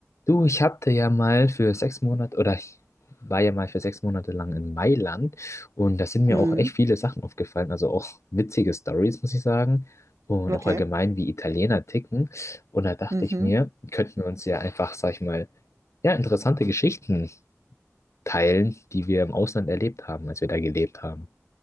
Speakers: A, on the left (about 65°); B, on the right (about 70°).
A: Du, ich hatte ja mal für sechs Monate oder ich war ja mal für sechs Monate lang in Mailand und da sind mir
B: Mhm.
A: auch echt viele Sachen aufgefallen, also auch witzige Stories, muss ich sagen, und
B: Okay.
A: auch allgemein, wie Italiener ticken. Und da dachte
B: Mhm.
A: ich mir, könnten wir uns ja einfach, sag ich mal, ja, interessante Geschichten teilen, die wir im Ausland erlebt haben, als wir da gelebt haben.